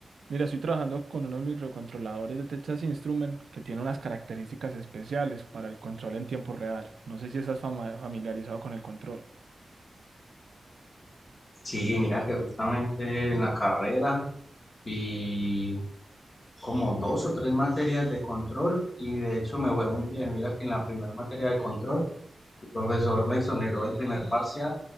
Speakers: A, on the right (about 85°); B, on the left (about 50°).
A: Mira, estoy trabajando con unos microcontroladores de Texas Instrument que tienen unas características especiales para el control en tiempo real. No sé si estás fama- familiarizado con el control.
B: Sí, mira que justamente en la carrera vi como dos o tres materias de control y de hecho me fue muy bien. Mira que en la primera materia de control el profesor me exoneró del primer parcial